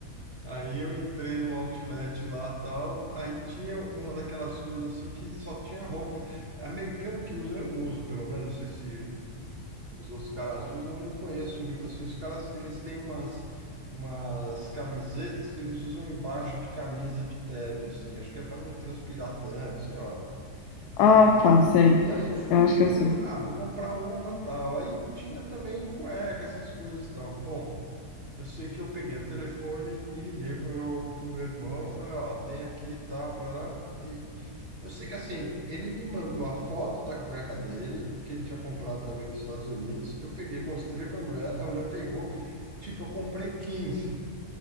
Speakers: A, on the right; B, on the left.
A: Aí eu entrei no outlet lá tal, aí tinha uma daquelas coisas assim que só tinha roupa. Americano que usa, eu não uso, pelo menos, não sei se os outros caras usam, eu não conheço muito assim. Os caras, eles têm umas, umas camisetas que eles usam embaixo de camisa de terno, assim, acho que é para não transpirar tanto, sei lá.
B: Ah,
A: E,
B: tá, sei.
A: e aí eu fui
B: Eu acho que eu
A: olhei
B: sei.
A: e falei, ah, vou comprar uma tal. Aí tinha também cueca, essas coisas tal. Bom. Eu sei que eu peguei o telefone e liguei pro meu, pro meu irmão, falei, ó, tem aqui e tal, pra lá. E eu sei que assim, ele me mandou a foto da cueca dele, que ele tinha comprado também nos Estados Unidos. Eu peguei, mostrei pra mulher, a mulher pegou, tipo, eu comprei 15